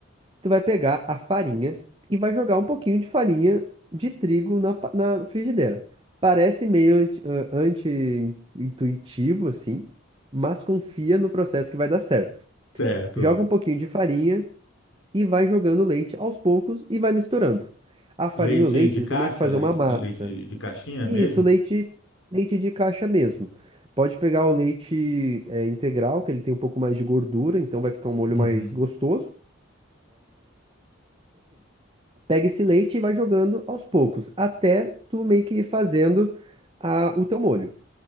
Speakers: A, on the right; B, on the left.
A: Tu vai pegar a farinha e vai jogar um pouquinho de farinha de trigo na, pa- na frigideira. Parece meio anti- ah, anti-intuitivo, assim, mas confia no processo que vai dar certo.
B: Certo.
A: Joga um pouquinho de farinha e vai jogando leite aos poucos e vai misturando. A farinha
B: Leite
A: e o leite,
B: de
A: eles
B: caixa?
A: vão meio que fazer
B: Leite,
A: uma massa.
B: leite de, de caixinha
A: Isso,
B: mesmo?
A: leite, leite de caixa mesmo. Pode pegar o leite é, integral, que ele tem um pouco mais de gordura, então vai ficar um molho
B: Uhum.
A: mais gostoso. Pega esse leite e vai jogando aos poucos, até tu meio que ir fazendo a- o teu molho.